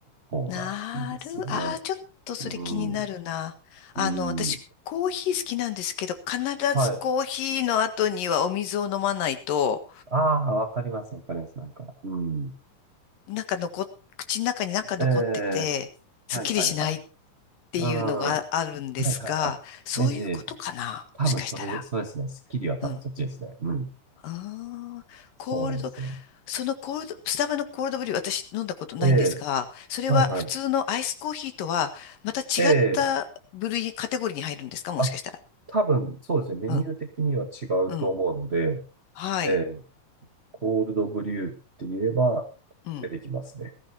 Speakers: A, on the right; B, on the left.
A: 方がいいですよね。
B: なる、ああ、ちょっとそれ気になるな。
A: うん、
B: あの、
A: うん。
B: 私、コーヒー好きなんですけど、必ずコーヒーの後にはお水を飲まないと、
A: はい。ああ、わかります、わかります、なんか。うん。
B: なんか残っ、口の中になんか残ってて、
A: ええ
B: すっきりしないっ
A: はいはいはい。
B: ていうのがああるんですが、
A: うん。はいはいはい。
B: そういうことかな、
A: ええ、ええ多分それ、
B: もしかしたら。
A: そうですね。スッキリは多分そっちですね。
B: うん。
A: うん。
B: ああ、
A: そうなんですよ。
B: コールド、そのコールド、スタバのコールドブリュー、私飲んだことないんですが、
A: ええ、
B: それは普通のアイスコーヒーとは、
A: はいはい。
B: また違った部類、
A: ええ、
B: カテゴリーに入るんですかもしかしたら。
A: あ、多分そうですね。メニュー的には違うと思うので、
B: うん、うん、はい、
A: ええ、コールドブリューって言えば
B: うん。
A: 出てきますね。